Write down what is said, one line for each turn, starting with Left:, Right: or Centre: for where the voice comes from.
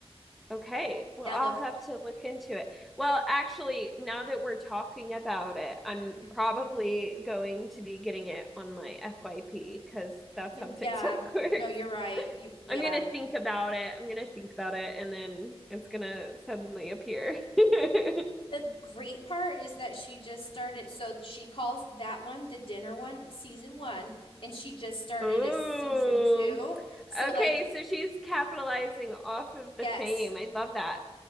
Centre: Okay. Well,
Left: Now
Centre: I'll
Left: the
Centre: have to look into it. Well, actually, now that we're talking about it, I'm
Left: mhm.
Centre: probably going to be getting it on my FYP because that's
Left: you,
Centre: how TikTok
Left: yeah,
Centre: <laughs> works.
Left: no, you're right. You yeah.
Centre: I'm gonna think about it. I'm gonna think about it, and then it's gonna suddenly appear. <laughs>
Left: The great part is that she just started so she calls that one the dinner one season 1 and she just started
Centre: Oh,
Left: a season 2. So like
Centre: okay. So she's capitalizing off of the
Left: yes.
Centre: fame. I love that.